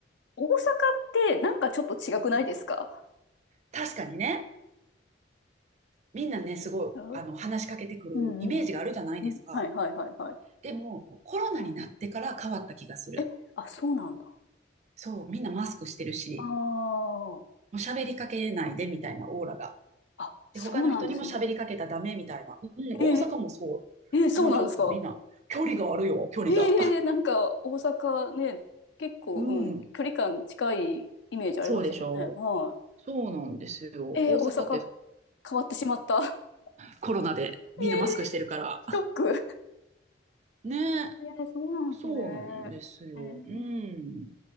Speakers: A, on the left; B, on the right.
A: 大阪ってなんかちょっと違くないですか
B: うん確かにね、みんなね、すごい、
A: うん
B: あの、話しかけてくるイメージがあるじゃないですか。
A: <laughs> うんうん。うんはいはいはいはい。
B: でも、コロナになってから変わった気がする。
A: え、あ、そうなんだ。
B: そう、みんなマスクしてるし、
A: ああ。
B: もう喋りかけないでみたいなオーラが
A: あ、そうなんですね。
B: で、他の人にも喋りかけたらダメみたいな。うん、大阪もそう。
A: えー、えー、そうなんですか
B: 今ちょっとみんな、距離があるよ、距離が。
A: ええなんか大阪ね、
B: <laughs>
A: 結構、
B: うん、
A: うん、距離感近いイメージありましたけどね。
B: そうでしょう。
A: は
B: そうなんですよ。
A: い。ええ大阪
B: 大阪ってそう
A: 変わってしまった。
B: コロナでみんなマスクしてるから。
A: <laughs> ええショック。
B: ねえ、
A: ええそうなんですね。
B: そうなんですよ。
A: ええ
B: うん。